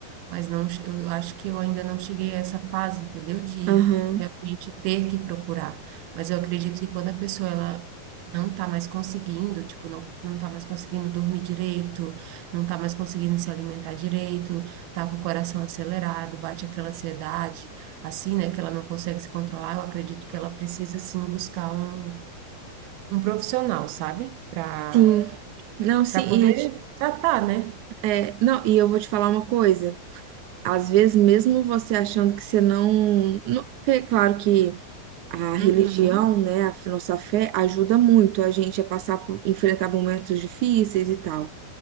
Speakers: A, on the right; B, on the right.
A: mas não, eu acho que eu ainda não cheguei a essa fase, entendeu? De
B: Aham.
A: realmente ter que procurar. Mas eu acredito que quando a pessoa ela não tá mais conseguindo, tipo, não, não tá mais conseguindo dormir direito, não tá mais conseguindo se alimentar direito, tá com o coração acelerado, bate aquela ansiedade, assim, né, que ela não consegue se controlar, eu acredito que ela precisa, assim, buscar um, um profissional, sabe? Pra,
B: Sim. Não, sim.
A: pra poder
B: E,
A: tratar, né?
B: é, não, e eu vou te falar uma coisa. Às vezes, mesmo você achando que você não, não- é claro que a religião,
A: Uhum,
B: né, a nossa fé ajuda muito a gente a passar por enfrentar momentos difíceis e tal.